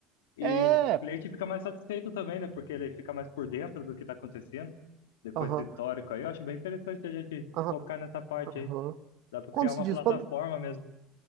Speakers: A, on the left; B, on the right.
A: e
B: É!
A: o cliente fica mais satisfeito também, né? Porque ele fica mais por dentro do que está acontecendo, de- com
B: Aham.
A: esse histórico aí. Eu acho bem interessante a gente
B: Aham.
A: focar nessa parte
B: aham.
A: aí. Dá para
B: Como
A: criar
B: se
A: uma
B: diz?
A: plataforma
B: Pra-
A: mesmo.